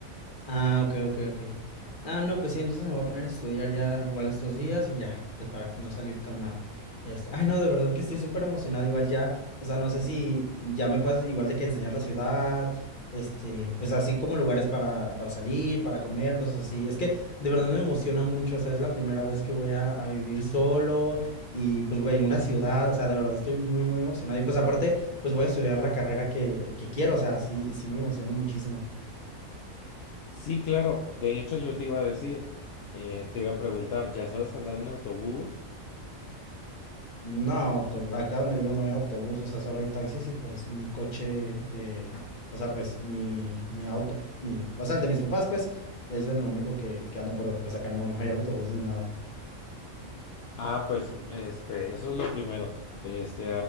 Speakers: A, on the left (about 40°); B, on the left (about 65°).
A: Ah, ok, ok, ok. Ah, no, pues sí, entonces me voy a poner a estudiar ya igual estos días y ya, pues para no salir tan mal. Este, ay, no, de verdad que estoy súper emocionado igual ya, o sea, no sé si ya me puedas igual de que enseñar la ciudad, este, pues así como lugares para, para salir, para comer, cosas así. Es que de verdad me emociona mucho, o sea, es la primera vez que voy a, a vivir solo y pues voy en una ciudad, o sea, de verdad estoy muy, muy emocionado. Y pues aparte, pues voy a estudiar la carrera que, que quiero, o sea, sí, sí me emociona muchísimo.
B: Sí, claro. De hecho, yo te iba a decir, eh, te iba a preguntar, ¿ya sabes andar en autobús?
A: No, to- acá donde vivo no hay autobús, o sea, solo hay taxis y pues mi coche de, o sea, pues mi, mi auto, mi, o sea, el de mis papás, pues, es lo único que, que ando, pero pues acá no, no hay autobús ni nada.
B: Ah, pues este, eso es lo primero. Te- Este,